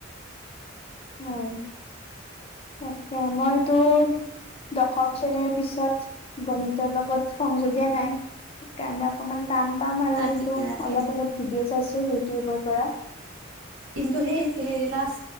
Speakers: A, on the left; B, on the right.
A: হয় তাকে, মইতো দশম শ্ৰেণীৰ পিছত গণিতৰ লগত সংযোগে নাই, সেইকাৰণে অকমান টান। পাম আৰু
B: তাকে
A: কিন্তু,
B: তাকে
A: অলপ অলপ ভিডিঅ' চাইছো ইউটিউবৰ পৰা।
B: কিন্তু সেই সেই ক্লাচ